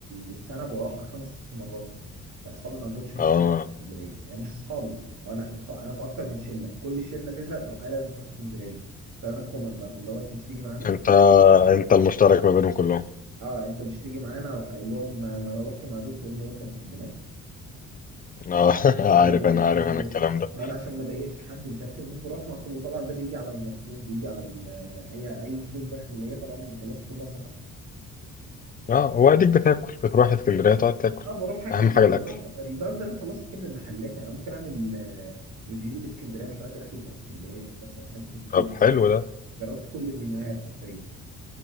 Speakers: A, on the right (about 75°); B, on the left (about 30°).
A: السنه بروحها خمس ست مرات اصحابي ما عندهمش محتوى
B: اه
A: في اسكندريه يعني مش اصحابي أو انا ف- انا في اكتر من شله في كل شله تزهق تروح قايل لازم تروح اسكندريه فانا الكومن بقى في اللي هو انت مش تيجي معانا
B: انت انت المشترك ما بينهم كلهم
A: اه انت مش تيجي معانا اروح قايل لهم ما ما انا رحت مع دول تقول لي وانت ما تحبناش
B: اه <laughs>
A: ما
B: عارف
A: انا دول
B: انا
A: مش
B: عارف
A: مهم
B: انا
A: دول
B: الكلام ده
A: فانا عشان ما اضايقش حد مش عارف ايه بروح مع كله طبعا ده بيجي على المصروف بيجي على ال- اي اي فلوس داخليه طبعا بخلصها كلها سفر
B: اه واديك بتاكل بتروح اسكندرية تقعد تاكل
A: اه بروح اكل
B: اهم حاجة
A: وبروح
B: الاكل
A: لدرجه ان انا خلصت كل المحلات يعني انا ممكن اعمل آه، ريفيو لاسكندريه محلات الاكل بتاع اسكندريه بس أنا اكلت من كل
B: طب حلو ده
A: جربت كل المنيوهات حرفيا